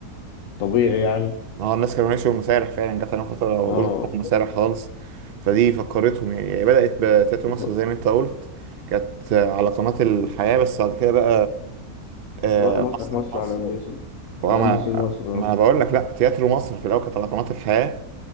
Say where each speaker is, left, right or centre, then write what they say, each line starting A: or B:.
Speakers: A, on the left (about 60°); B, on the right (about 60°).
A: الطبيعي يعني
B: ما هو الناس كانوا ماشيين مسارح فعلا جت عليهم فتره ما
A: اه
B: بقوش بيروحوا مسارح خالص فدي فكرتهم يعني هي بدات بتياترو مصر
A: ف-
B: زي ما انت قلت كانت على قناه الحياه بس بعد كده بقى آه،
A: راحوا مسرح
B: مسرح
A: مصر
B: مصر
A: على ام بي سي
B: وما
A: على ام بي سي مصر
B: ما
A: اه
B: انا بقول لك لا تياترو مصر في الاول كانت على قناه الحياه